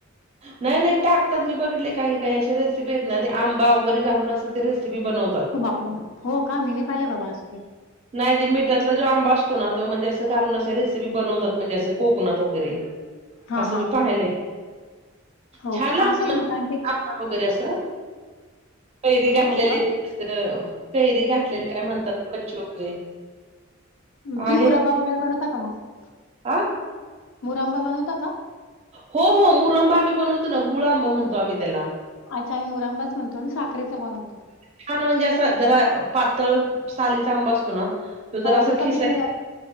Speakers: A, on the right; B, on the left.
A: नाही नाही टाकतात मी बघितलंय. काही काही असे रेसिपी आहेत ना आंबा वगैरे घालून असे ते रेसिपी बनवतात.
B: बापरे, हो का? मी नाही पाहिले बाबा अस काही.
A: नाही ते मिठातला जो आंबा असतो ना, तो म्हणजे असं घालून अशी रेसिपी बनवतात म्हणजे असं कोकणात वगैरे.
B: हां,
A: असं
B: हां.
A: मी पाहीलंय.
B: हो
A: छान
B: का?
A: लागत
B: असेल
A: मग
B: कारण की
A: आंबट वगैरे असं कैरी घातलेली.
B: हो का?
A: कैरी घातलेली काय म्हणतात कच्चे वगैरे
B: ती
A: आहे
B: मुरांबा वगैरे बनवता का मग,
A: बघा
B: मुरंबा बनवता का?
A: हो हो मुरंबा आम्ही बनवतो ना, गुळंबा म्हणतो आम्ही त्याला.
B: अच्छा मी मुरांबा म्हणतो मी साखरेचा बनवतो.
A: छान म्हणजे असं जरा पातळ सालीचा आंब असतो ना तो जर
B: हो,
A: असा
B: थोडासा
A: खिसायचा
B: पिकलेला